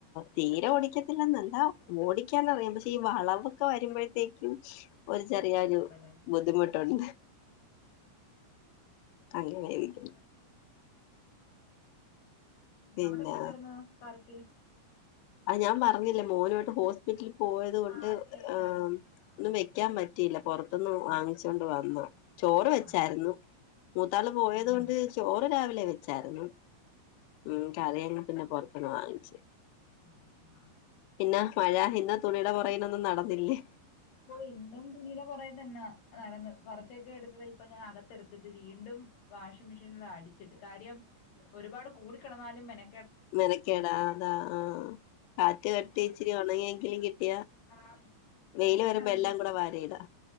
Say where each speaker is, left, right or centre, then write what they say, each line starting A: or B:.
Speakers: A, on the left; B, on the left.
A: തീരെ ഓടിക്കത്തില്ലെന്നല്ല ഓടിക്കാനറിയാം പക്ഷെ ഈ വളവ് ഒക്കെ വരുമ്പഴത്തേക്ക്യും
B: ഉം
A: ഒരു ചെറിയ
B: ബുദ്ധിമുട്ടുണ്ടല്ലേ
A: ആ ഒരു ബുദ്ധിമുട്ടുണ്ട് അങ്ങനാ ഇരിക്ക്ന്ന് പിന്നെ
B: അവടെ എന്തുവാര്ന്നു കറിക്ക്
A: അഹ് ഞാൻ പറഞ്ഞില്ലേ മോന് ആയിട്ട് ഹോസ്പിറ്റല് പോയത് കൊണ്ട്
B: ആഹ് ശരിയാ
A: എഹ്
B: ശരിയാ
A: മ് ഒന്നും
B: ആഹ്
A: വെക്കാൻ
B: ഓർത്തില്ല
A: പറ്റിയില്ല പൊറത്ത്ന്ന്
B: ഉം
A: വാങ്ങിച്ചോണ്ട് വന്നു ചോറ് വെച്ചായിരുന്നു
B: ആഹ്
A: മൂത്താള് പോയത്
B: ഉം ഉം
A: കൊണ്ട് ചോറ് രാവിലെ വെച്ചായിരുന്നു ഉം കറി അങ്ങ് പിന്നെ പൊർത്ത്ന്ന് വാങ്ങിച്ച്
B: ഉം ഉം ആഹ് ആഹ് ആഹ് ആഹ്
A: പിന്നെഹ് മഴ ഇന്ന് തുണിയുടെ പൊറകിനൊന്നും നടന്നില്ലേ
B: ഓഹ് ഇന്നും തുണിയുടെ പൊറകി തന്നാ നടന്ന് വറക് പച്ചയെക്കെ എടുത്ത് വെയ് ഇപ്പ ഞാൻ അകത്തെടുത്തിട്ട് വീണ്ടും വാഷിംഗ് മെഷീന്ല് അടി ച്ചിട്ട് കാര്യം ഒരുപാട് കൂടിക്കെടന്നാലും മെന
A: മെനക്കേടാ ആഹ് അതാ ആഹ് കാറ്റ് കിട്ടി
B: ഞാൻ
A: ഇച്ചിരി ഒണങ്ങിയെങ്കിലും കിട്ടിയാ
B: ആന്ന്
A: വെയ്ല്
B: ഞാനാണെങ്കി
A: വെരുമ്പൊ എല്ലാം കൂടെ വാരി ഇടാ